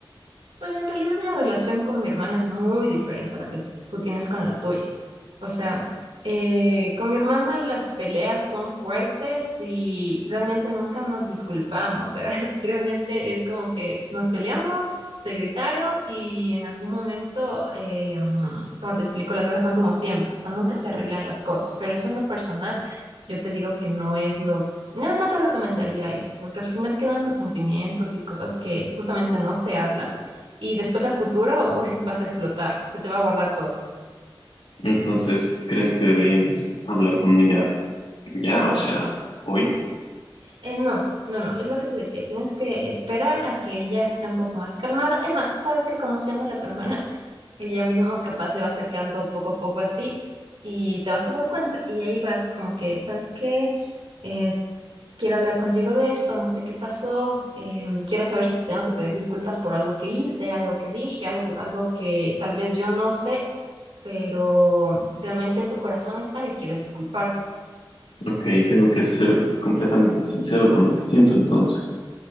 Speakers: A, on the right; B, on the left.
A: Bueno, en realidad la relación con mi hermana es muy diferente a la que t- tú tienes con la tuya. O sea, eh, con mi hermana las peleas son fuertes y realmente nunca nos disculpamos. O sea, <laughs> realmente es como que nos peleamos, se gritaron y en algún momento, eh, mm, como te explico, las cosas son como siempre. O sea, nunca se arreglan las cosas. Pero eso en lo personal, yo te digo que no es lo... No, no te recomendaría eso, porque al final quedan resentimientos y cosas que justamente no se hablan y después a futuro, <laughs> uy, vas a explotar, se te va a guardar todo.
B: Entonces, ¿crees que debería empezar a hablar con ella ya? O sea, hoy.
A: Eh, no, no, no, es lo que te decía, tienes que esperar a que ella esté un poco más calmada. Es más, sabes que conociéndole a tu hermana, ella misma capaz se va acercando poco a poco a ti y te vas a dar cuenta y ahí vas como que, ¿sabes qué? Eh, quiero hablar contigo de esto, no sé qué pasó, em, quiero saber si te tengo que pedir disculpas por algo que hice, algo que dije, algo que, algo que tal vez yo no sé, pero realmente en tu corazón está que quieres disculparte.
B: Ok, tengo que ser completamente sincero con lo que siento, entonces.